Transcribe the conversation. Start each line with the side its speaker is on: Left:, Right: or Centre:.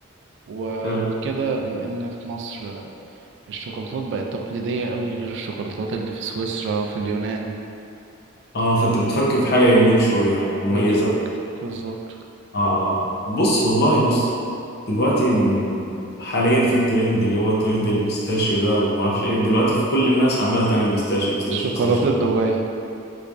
Right: وغير
Left: حلو
Right: كده بما ان في مصر الشوكولاتات بقت تقليديه قوي غير الشوكولاتات اللي في سويسرا وفي اليونان
Left: اه فانت بتفكر في حاجة يونيك شوية يعني مميزة
Right: بالظبط بالظبط
Left: اه بص والله بص دلوقتي من- حاليا في ترند اللي هو ترند البيستاشيو ده وما اعرفش ايه دلوقتي في كل الناس عمالة تعمل بيستاشيو بيستاشيو
Right: شوكولاته
Left: بيستاشيو
Right: دبي